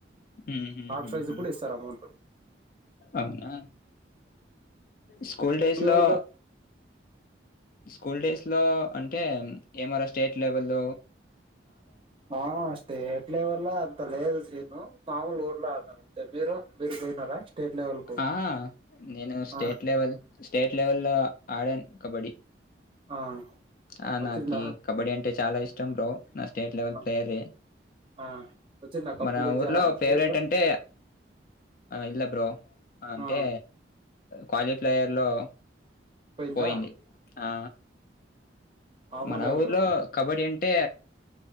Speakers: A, on the left (about 50°); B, on the right (about 30°).
A: ఉహుహుహు.
B: థర్డ్ ఫైజ్ కూడా ఇస్తారు అమౌంట్
A: అవునా స్కూల్ డేస్
B: మీ
A: లో
B: ఊర్లో
A: స్కూల్ డేస్ ఇట్లో అంటే ఏమార స్టేట్ లేవల్
B: ఆ స్టేట్ లెవల్ లో అంత లేదు నేను మాముూలు ఊరులో ఆనాను అంతే మీరు మీరు పోయినారా స్టేట్ లెవెల్ కు
A: ఆ నేను స్టేట్
B: ఆ
A: లెవెల్ స్టేట్ లెవెల్ ఆడన్ కబడ్డి
B: ఆ
A: ఆ
B: వచ్చిందా
A: నాకి కబడ్డీ అంటే చాలా ఇష్టం టం బ్రో నా స్టేట్ లెవెల్
B: ఆ
A: ప్లేయర్
B: ఆ వచ్చిందా కప్పు
A: మన
B: గెలిచారా
A: ఊర్లో
B: స్టేట్
A: ఫేవరెట్
B: లో
A: అంటే ఇలా బ్రో అంటే
B: ఆ
A: క్వాలిఫయర్ లో
B: పోయిందా
A: పోయింది ఆ
B: మామూలే
A: మన ఊర్లో
B: బ్రో
A: కబడ్డీ అంటే